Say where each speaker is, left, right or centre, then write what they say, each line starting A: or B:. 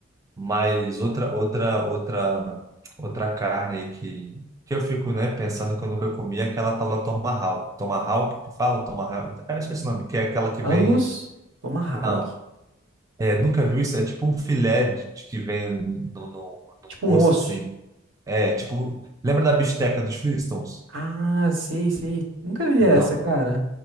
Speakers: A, on the right (about 15°); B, on the right (about 70°).
A: Mas outra, outra, outra, outra carne aí que, que eu fico, né, pensando que eu nunca comi é aquela tal da tomahawk. Tomahawk, que fala tomahawk? É, esqueci o nome, que é aquela que
B: Angus,
A: vem...
B: tomahawk,
A: Não, é, nunca viu isso? É tipo um filé de, que vem no, no, no
B: tipo
A: osso,
B: um osso.
A: assim. É, tipo... Lembra da bisteca dos Flintstones?
B: Ah, sei, sei. Nunca vi
A: Então,
B: essa, cara.